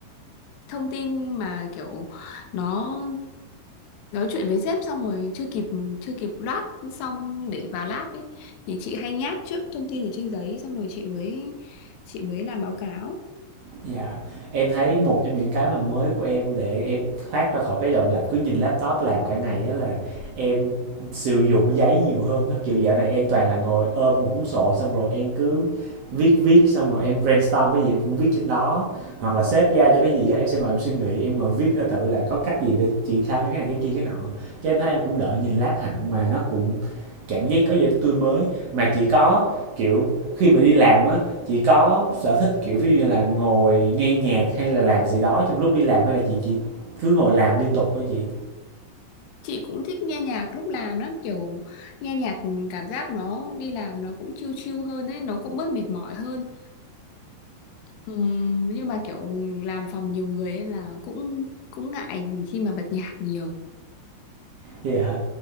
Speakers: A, on the left; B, on the right.
A: thông tin mà kiểu nó nói chuyện với sếp xong rồi chưa kịp chưa kịp loát xong để vào lab ấy thì chị hay nháp trước thông tin ở trên giấy xong rồi chị mới chị mới làm báo cáo
B: Dạ, em thấy một trong những cái mà mới của em để em thoát ra khỏi cái dòng lặp cứ nhìn laptop làm cả ngày á là em sử dụng giấy nhiều hơn á, kiểu dạo này em toàn là ngồi ôm một cuốn sổ xong rồi em cứ viết viết xong rồi em brainstorm cái gì em cũng viết trên đó hoặc là sếp giao cho cái gì á em sẽ ngồi em suy nghĩ em ngồi viết ra thử là có cách gì để triển khai mấy cái này cái kia cái nọ cái em thấy em cũng đợi nhìn lab hẳn mà nó cũng cảm giác có gì đó tươi mới mà chỉ có kiểu khi mà đi làm á Chị có sở thích, kiểu, ví dụ như là ngồi nghe nhạc hay là làm gì đó trong lúc đi làm hay là chị chỉ cứ ngồi làm liên tục thôi chị?
A: chị cũng thích nghe nhạc lúc làm lắm kiểu nghe nhạc cảm giác nó đi làm nó cũng chill chill hơn ấy nó cũng bớt mệt mỏi hơn Ừm, nhưng mà kiểu làm phòng nhiều người ấy là cũng cũng ngại khi mà bật nhạc nhiều.
B: Dạ.